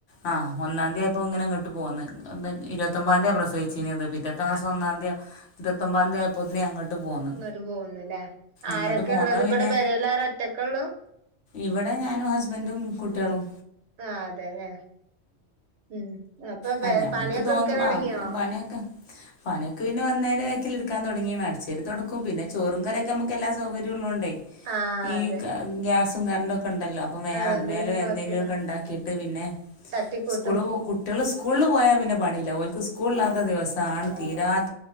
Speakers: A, on the left; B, on the right.
A: ആ ഒന്നാം തീയതിയപ്പോൾ ഇങ്ങനെ ഇങ്ങോട്ട് പോന്ന് എ ഇരുപത്തി പ്രസവിചിന്നത് പിറ്റത്തെ മാസം
B: ആഹ്
A: ഒന്നാം തിയതി ഇരുപത്തൊമ്പാം തിയതി ആയപ്പം പെതിനെ അങ്ങേട്ട് പോന്ന്
B: ഇങ്ങട്ട് പോന്നുല്ലേ ആരൊക്കെള്ളത്
A: ഇങ്ങട്ട് പോന്ന
B: ഇബടെ
A: പിന്നെ
B: പെരേലാരാ ഒറ്റക്കൊള്ളൂ
A: ഇവടെ ഞാനും ഹസ്ബൻറും കുട്ടിക്കളും
B: ആഹ് അതെല്ലേ ഉം അപ്പൊ
A: അല്ല ഞമ്മക്ക്
B: പണിക്കെ
A: തോന്നും
B: എടുക്കല് തൊടങ്ങിയോ?
A: ആ പണിയൊക്കെ പണയൊക്കെ പിന്നെ വന്നെലെ വെക്കല് എടുക്കാൻ തൊടങ്ങിതാണ് അടച്ചേരി തൊടക്കും പിന്നെ ചോറും കറിക്കെ എല്ലാ സൗകര്യം ഉള്ളോണ്ടേ.
B: ആഹ്
A: ഈ
B: അതെ
A: ഗ്യാസും കറണ്ട് ഒക്കെ ഒണ്ടല്ലോ ഉമ്മേ
B: അതുകൊണ്ട്
A: അത് മേലെ
B: പിന്നെ കൊഴപ്പല്ല
A: എന്തെങ്കിലുലൊക്കെ ഉണ്ടാക്കിയിട്ട് പിന്നെ
B: തട്ടിക്കൂട്ടും
A: സ്കൂള് കു കുട്ടികള് സ്കൂൾ പോയാൽ പിന്നെ പണിയില്ല ഓല്ക്ക് സ്കൂളിലാത്ത ദിവസവാണ് തീരാത്ത റ്റോ